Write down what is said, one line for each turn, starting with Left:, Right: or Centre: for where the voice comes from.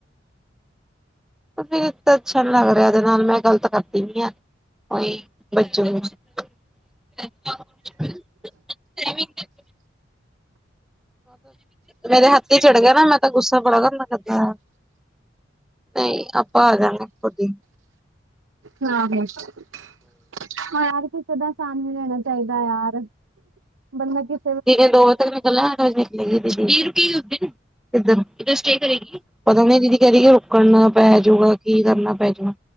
Centre: ਫਿਰ ਵੀ ਤਾਂ ਅੱਛਾ ਲੱਗ ਰਿਹਾ ਇਹਦੇ ਨਾਲ, ਮੈਂ ਗਲਤ ਕਰ ਦਿਆ ਹੀ ਬੱਚੋਂ <unintelligible> ਸ ਵੀ <unintelligible> ਮੇਰੇ ਹੱਥੀ ਚੜ ਗਿਆ ਨਾ ਮੈਂ ਤਾਂ ਗੁੱਸਾ ਬੜਾ ਕਰਨਾ ਫਿਰ ਹਾ। ਨਹੀ, ਆਪਾਂ ਆ ਜਾਗੇ ਖੁਦ ਈ।
Right: ਨਾਹੀ <unintelligible> ਹ ਯਾਰ ਕਿਸੇ ਦਾ ਆਸਾਨ ਨੀ ਲੈਣਾ ਚਾਹੀਦਾ ਯਾਰ ਬੰਦਾ ਕਿਸ
Centre: ਕਿ ਕਹਿੰਦੀ, ਦੋ ਵਜੇ ਤੱਕ ਨਿਕਲਾ ਕਦੋ ਨਿਕਲੇਗੀ ਦੀਦੀ, ਨੀ ਰੁਕੀਗੀ ਉਥੇ ਕਿਧਰ, ਜਿਧਰ ਸਟੇਅ ਕਰੇਗੀ। ਪਤਾ ਨੀ ਦੀਦੀ ਕਹਿ ਰਹੀ ਏ ਰੁਕਣਾ ਪੈ ਜਾਊਗਾ। ਕੀ ਕਰਨਾ ਪੈ ਜਾਏ,